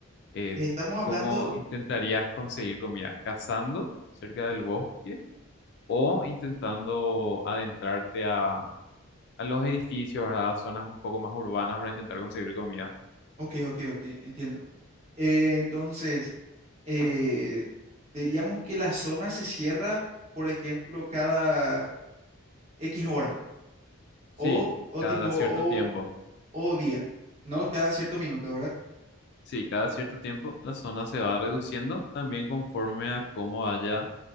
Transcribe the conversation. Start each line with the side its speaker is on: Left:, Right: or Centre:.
Left: Eh,
Right: Estamos hablando,
Left: ¿cómo intentarías conseguir comida? ¿Cazando cerca del bosque o intentando adentrarte a, a los edificios, ¿verdad? A zonas un poco más urbanas para intentar conseguir comida.
Right: ok, ok, ok, entiendo. Eh, entonces, eh, diríamos que la zona se cierra, por ejemplo, cada X hora o,
Left: Sí,
Right: o
Left: cada
Right: tipo, o,
Left: cierto tiempo.
Right: o día, ¿no? Cada cierto minuto, ¿verdad?
Left: Sí, cada cierto tiempo la zona se va reduciendo también conforme a cómo vaya